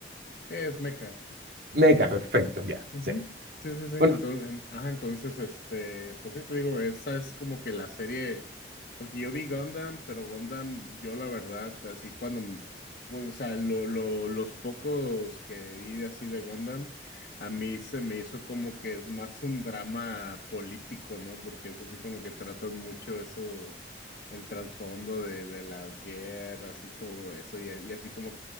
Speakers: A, on the left; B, on the right.
A: es mecha.
B: Meca, perfecto, ya.
A: Ujú.
B: Sí.
A: Sí, sí, sí. Entonces,
B: Bueno.
A: en- ajá, entonces, este, pues sí te digo, esa es como que la serie, porque yo vi Gundam, pero Gundam, yo la verdad, así cuando, m- bueno, o sea, lo, lo, los pocos que vi de así de Gundam, a mí se me hizo como que es más un drama político, ¿no? Porque es así como que tratan mucho eso, el trasfondo de, de las guerras y todo eso, y, y así como